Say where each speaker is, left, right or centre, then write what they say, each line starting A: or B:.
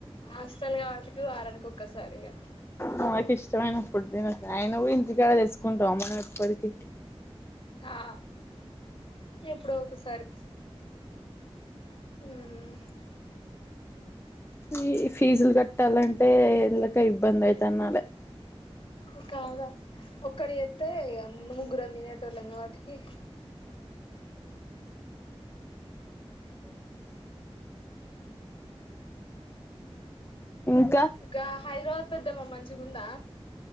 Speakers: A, on the left; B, on the left.
A: ఆస్టల్ కావటి వారనుకో <unintelligible> సారిగా
B: మనకి ఇష్టమైనప్పుడు తే ఆయన ఇంటికాడ చేసుకుంటాం మనం ఎప్పటికీ
A: ఆ ఎప్పుడో ఒకసారి మ్మ్
B: ఈ ఫీజులు క ట్టాలంటే ఎందుకో ఇబ్బంది అయితున్నాల
A: <unintelligible> ఒక్కడి <unintelligible> ముగ్గురు పోయేటోలం గా వాటికి
B: ఆ
A: ఇక హైదరాబాద్ పెద్దమ్మ మం చిుగుందా